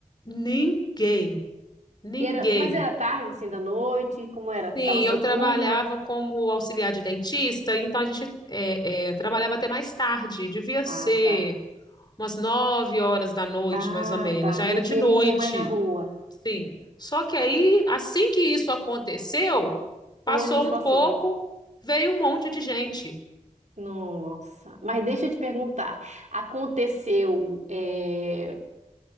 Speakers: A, on the left; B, on the right.
A: ninguém, ninguém.
B: E era, mas era tarde, assim, da noite, como era?
A: Sim,
B: Tava soturno?
A: eu trabalhava como auxiliar de dentista, então a gente é, é, trabalhava até mais tarde, devia ser
B: Ah, tá.
A: umas nove horas da noite,
B: Ah,
A: mais ou menos,
B: tá.
A: já era
B: Não
A: de
B: tinha
A: noite,
B: ninguém mais na rua.
A: sim. Só que aí, assim que isso aconteceu, passou
B: O ônibus passou.
A: um pouco, veio um monte de gente.
B: Nossa. Mas deixa eu te perguntar. Aconteceu, é,